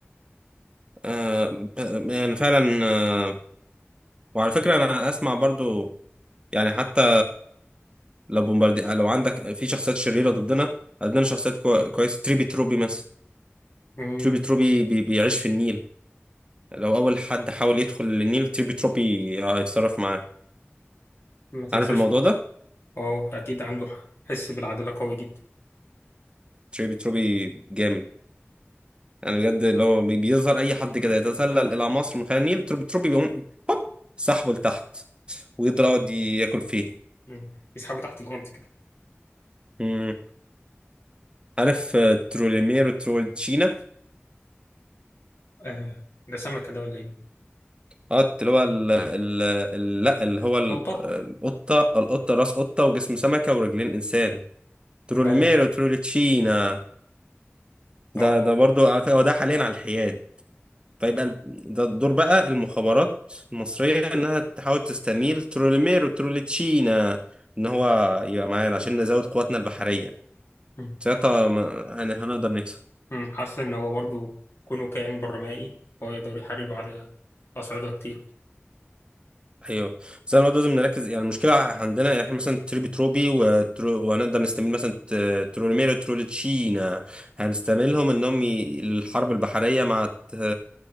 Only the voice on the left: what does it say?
مم.
ما تنساش
أه أكيد عنده حس بالعدالة قوي جدا
مم. يسحبه تحت الأرض كده
آه ده سمكة ده ولا إيه؟
قطة؟
اه
اه
أمم،
أمم، حاسس إن هو برضو كونه كائن برمائي هو يقدر يحارب على أصعدة كتير